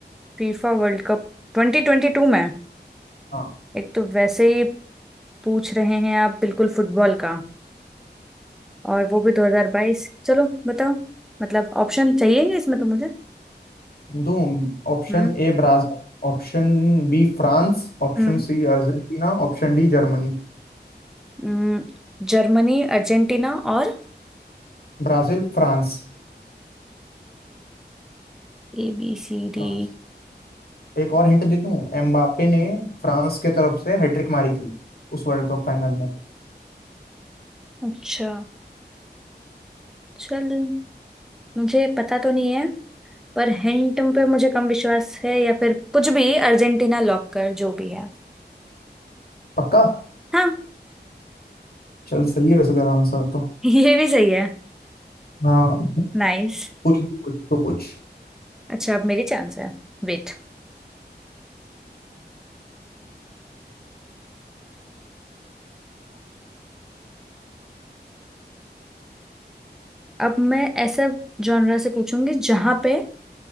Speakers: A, in the centre; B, on the left.
A: फीफा वर्ल्ड कप 2022 में
B: हाँ
A: एक तो वैसे ही पूछ रहे हैं आप बिल्कुल फुटबॉल का और वो भी 2022 चलो बताओ मतलब ऑप्शन चाहिए इसमें तो मुझे
B: दो Option
A: हम्म
B: A Brazil option B France option
A: हम्म
B: C Argentina option D Germany
A: हम्म, जर्मनी अर्जेंटीना और
B: Brazil France
A: ए बी सी
B: France
A: डी
B: एक और हिंट दे दूं एम्बापे ने फ्रांस के तरफ से हैट्रिक मारी थी उस वर्ल्ड कप फाइनल में
A: अच्छा चल मुझे पता तो नहीं है पर हिंट पे मुझे कम विश्वास है या फिर कुछ भी अर्जेंटीना लॉक कर जो भी है
B: पक्का
A: हाँ
B: चल सही है वैसे तेरा आंसर तो
A: ये भी सही है
B: हाँ
A: नाइस
B: पूछ तू पूछ तो पूछ
A: अच्छा अब मेरी चांस है वेट अब मैं ऐसे जॉनरा से पूछूंगी जहां पे